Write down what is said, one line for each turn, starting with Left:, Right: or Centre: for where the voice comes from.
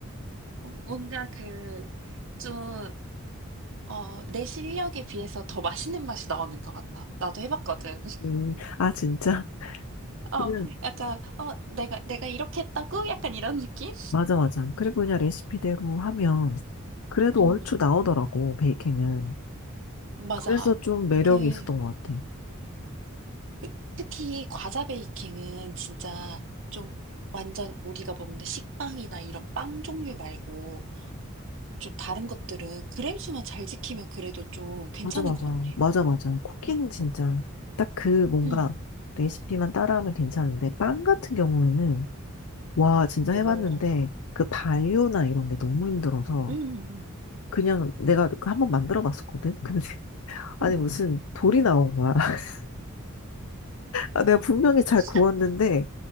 Right: 뭔가 그, 좀 어, 내 실력에 비해서 더 맛있는 맛이 나오는 것 같아. 나도 해봤거든. <laughs>
Left: 음, 아, 진짜?
Right: 어,
Left: 그냥,
Right: 약간, 어, 내가, 내가 이렇게 했다고? 약간 이런 느낌?
Left: 맞아, 맞아. 그리고 그냥 레시피대로 하면 그래도
Right: 음,
Left: 얼추 나오더라고, 베이킹은.
Right: 맞아.
Left: 그래서 좀 매력이
Right: 그,
Left: 있었던 것 같아.
Right: 그, 특히 과자 베이킹은 진짜 좀 완전 우리가 먹는 식빵이나 이런 빵 종류 말고 좀 다른 것들은 그램 수만 잘 지키면 그래도 좀 괜찮은
Left: 맞아, 맞아.
Right: 것 같아.
Left: 맞아, 맞아. 쿠키는
Right: 응
Left: 진짜 딱 그 뭔가
Right: 응
Left: 레시피만 따라하면 괜찮은데, 빵 같은 경우에는 와, 진짜 해봤는데,
Right: 오,
Left: 그 바이오나 이런 게 너무 힘들어서,
Right: 응, 응,
Left: 그냥 내가 그 한번 만들어 봤었거든? 근데, <laughs> 아니,
Right: 응
Left: 무슨 돌이 나온 거야. <laughs> 아, 내가 분명히
Right: <laughs>
Left: 잘 구웠는데,